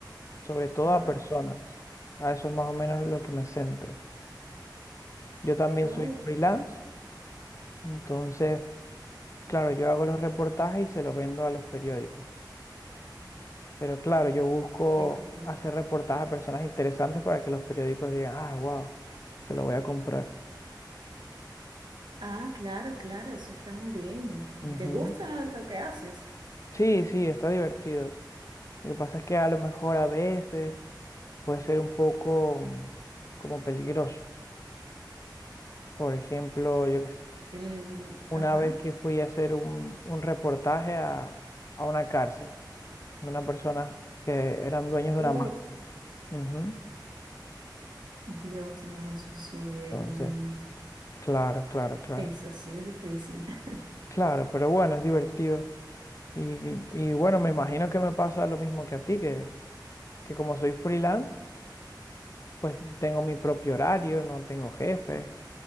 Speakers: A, on the left; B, on the right.
A: sobre todo a
B: No,
A: personas. A eso es más o menos lo que me centro. Yo también
B: no,
A: soy freelance, entonces, claro, yo hago los reportajes y se los vendo a los periódicos. Pero claro, yo busco
B: qué difícil.
A: hacer reportajes a personas interesantes para que los periódicos digan, ah, wow, se lo voy a comprar.
B: Ah, claro, claro, eso está muy bien.
A: Ujú.
B: ¿Te gusta lo que haces?
A: Sí, sí, está divertido. Lo que pasa es que a lo mejor a veces puede ser un poco mm, como peligroso. Por ejemplo, yo qué sé.
B: El,
A: una
B: ajá.
A: vez que fui a hacer un, un reportaje a, a una cárcel, de unas personas que eran dueños de
B: Uf,
A: una mafia. Ujú.
B: Dios, no, eso sí es
A: Entonces,
B: un-
A: claro, claro, claro.
B: eso sí es difícil. <laughs>
A: Claro, pero bueno, es divertido. Y, y bueno, me imagino que me pasa lo mismo que a ti, que, que como soy freelance, pues tengo mi propio horario, no tengo jefe,